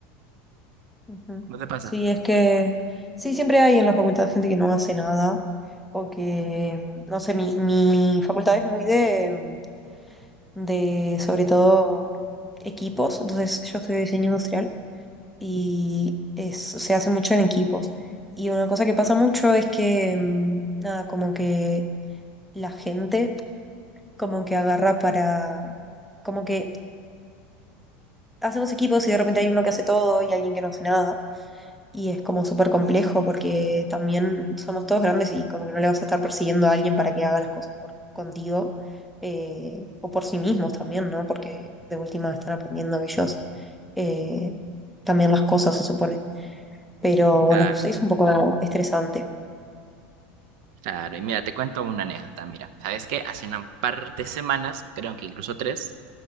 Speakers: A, in the centre; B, on the right.
A: Ujú.
B: ¿No te pasa?
A: Sí, es que sí, siempre hay en la facultad gente que no hace nada o que, mm, no sé, mi, mi facultad es muy de, mm, de, sobre todo, equipos, entonces yo estudio diseño industrial y es, se hace mucho en equipos. Y una cosa que pasa mucho es que, mm, nada, como que la gente como que agarra para, como que hacemos equipos y de repente hay uno que hace todo y alguien que no hace nada. Y es como súper complejo porque también somos todos grandes y como que no le vas a estar persiguiendo a alguien para que haga las cosas por contigo eh, o por sí mismos también, ¿no? Porque de última están aprendiendo ellos eh, también las cosas, se supone. pero bueno,
B: Claro.
A: sí es un poco estresante.
B: Claro, y mira, te cuento una anécdota. Mira, ¿sabes qué? Hace un par de semanas, creo que incluso tres,